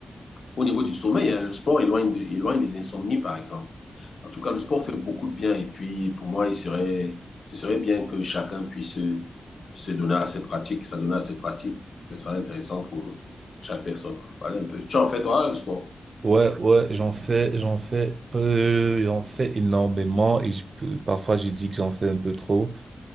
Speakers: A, on the left; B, on the right.
A: au niveau du sommeil, hein, le sport éloigne, de- éloigne les insomnies, par exemple. En tout cas, le sport fait beaucoup de bien. Et puis, pour moi, il serait, ce serait bien que chacun puisse euh, se donner à cette pratique, s'adonner à cette pratique. Ce serait intéressant pour chaque personne. Voilà un peu. Tu en fais, toi, le sport?
B: Ouais, ouais, j'en fais, j'en fais, euh, j'en fais énormément et je peux- parfois je dis que j'en fais un peu trop.